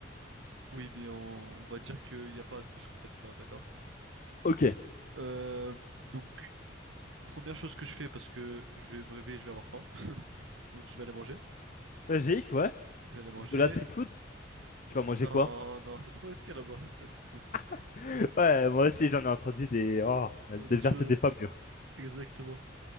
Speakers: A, on the right (about 70°); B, on the left (about 45°).
A: Oui, mais on, on va dire qu'il n'y a pas tout ce contexte-là, d'accord?
B: Ok.
A: Euh, donc, première chose que je fais parce que je vais me réveiller, je vais avoir faim. <laughs> Donc, je vais aller manger.
B: Logique, ouais.
A: Je vais aller manger
B: De la street food, tu vas manger
A: Non,
B: quoi?
A: non, c'est trop risqué là-bas, la street food.
B: <laughs> Ouais, moi aussi j'en ai entendu des oh, des
A: On a des
B: vertes
A: choses.
B: et des pas mûres.
A: Exactement.